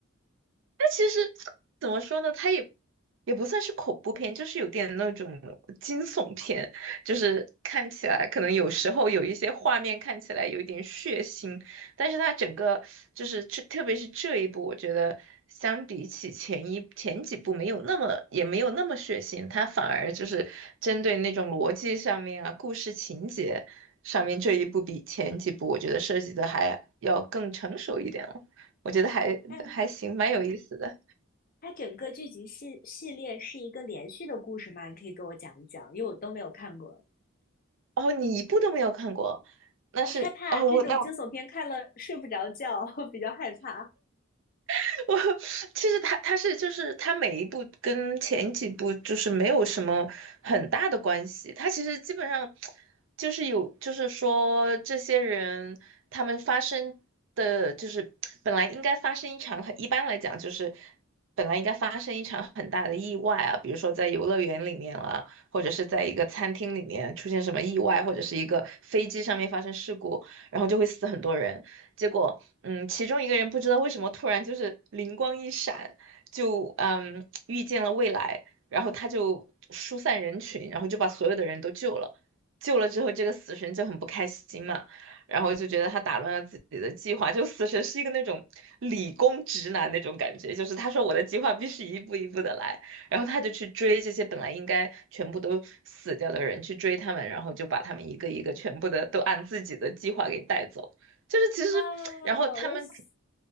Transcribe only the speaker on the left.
嗯，
它整个剧集系系列是一个连续的故事吗？你可以给我讲一讲，因为我都没有看过。
害怕这种惊悚片看了睡不着觉，
<laughs> 我比较害怕。
啊，
我喜。